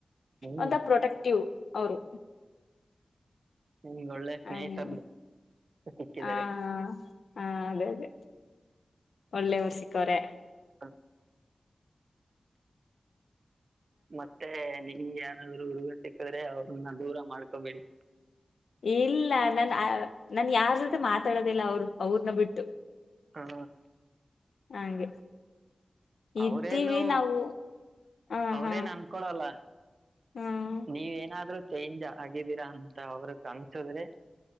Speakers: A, on the right (about 65°); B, on the left (about 85°).
A: ಹ್ಮ್
B: ಅಂತ ಪ್ರೊಟೆಕ್ಟಿವ್... ಅವರು...
A: ನಿಮ್ಗೆ ಒಳ್ಳೆ ಸ್ನೇಹಿತ
B: ಹ್ಮ್
A: ಸಿಕ್ಕಿದ್ದಾರೆ..
B: ಹಾ ಹಾ ಅದೇ ಅದೇ ಒಳ್ಳೆವರ್ ಸಿಕ್ಕವರೆ..
A: ಹ್ಮ.. ಮತ್ತೆ ನಿಮ್ಗೆ ಯಾರಾದ್ರು ಹುಡುಗನ್ ಸಿಕ್ಕದ್ರೆ ಅವ್ರನ್ನ ದೂರ ಮಾಡ್ಕೊಬೇಡಿ...
B: ಇಲ್ಲ ನನ್ ಆ ನನ್ ಯಾರ್ ಜೊತೆ ಮಾತಾಡೋದಿಲ್ಲ ಅವರು ಅವ್ರನ್ನ ಬಿಟ್ಟು...
A: ಹಾ..
B: ಹಾಗೆ ಇದ್ದೀವಿ
A: ಅವ್ರೇನು
B: ನಾವು... ಹ
A: ಅವ್ರೇನ್
B: ಹಾ
A: ಅನ್ಕೊಳಲ್ಲ
B: ಹ್ಮ್
A: ನೀವೇನಾದ್ರರು... ಚೇಂಜ್ ಆಗಿದ್ದೀರಾ ಅಂತ ಅವರು ಅನಿಸಿದರೆ..